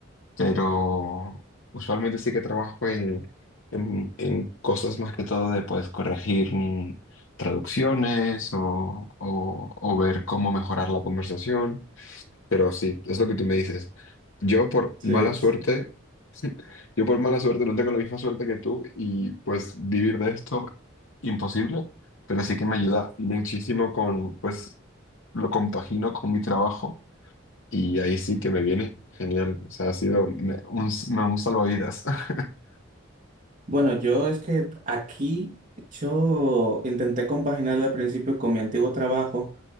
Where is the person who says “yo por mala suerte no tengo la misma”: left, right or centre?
Left